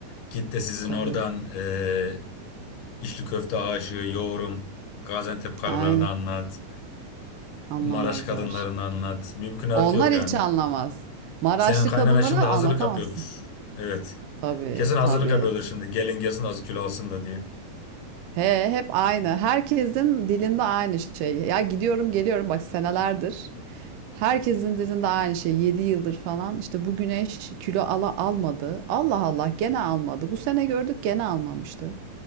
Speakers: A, on the left; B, on the right.
A: Git de sizin
B: Tabii.
A: oradan e, içli köfte aşığı yoğurum Gaziantep karılarını
B: Aynen.
A: anlat.
B: Anlamazlar.
A: Maraş kadınlarını anlat. Mümkünatı
B: Onlar
A: yok yani.
B: hiç anlamaz. Maraşlı
A: Senin kaynana
B: kadınlara
A: şimdi hazırlık
B: anlatamazsın.
A: yapıyordur. Evet.
B: Tabii,
A: Kesin hazırlık
B: tabii.
A: yapıyordur şimdi. Gelin gelsin az kilo alsın da diye.
B: He, hep aynı. Herkesin dilinde aynı şey. Ya gidiyorum geliyorum bak senelerdir. Herkesin dilinde aynı şey. 7 yıldır falan. İşte bu güneş kilo ala almadı. Allah Allah gene almadı. Bu sene gördük gene almamıştı.